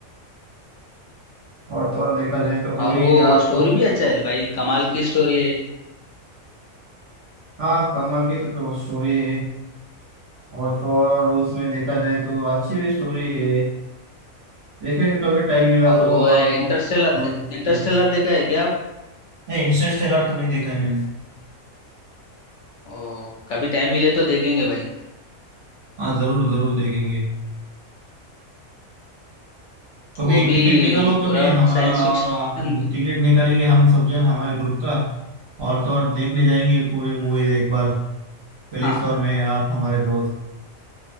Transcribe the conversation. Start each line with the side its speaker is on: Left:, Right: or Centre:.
Right: और तो और देखा जाए तो कभी
Left: और वो
Right: आपको
Left: स्टोरी भी अच्छा है भाई कमाल की स्टोरी है
Right: हाँ कमाल की तो, तो स्टोरी है और तो और उसमें देखा जाए तो अच्छी भी स्टोरी है देखेंगे कभी टाइम मिला
Left: और
Right: तो
Left: वो
Right: आप
Left: है इंटरस्टेलर
Right: और दोस्त
Left: इंटरस्टेलर
Right: बैठेंगे
Left: देखा है क्या आप
Right: नहीं इंटरस्टेलर तो नहीं देखा है मैंने
Left: ओ, कभी टाइम मिले तो देखेंगे भाई
Right: हाँ जरूर जरूर देखेंगे कभी
Left: वो भी
Right: टिकट निकालो
Left: पूरा
Right: कभी हमारा
Left: साइंस
Right: और
Left: फिक्शन
Right: आ, टिकट निकालेंगे हम सब जन हमारे ग्रुप का और तो और देखने जाएंगे पूरे मूवीज एक बार कलीग्स
Left: हाँ
Right: और मैं आप हमारे दोस्त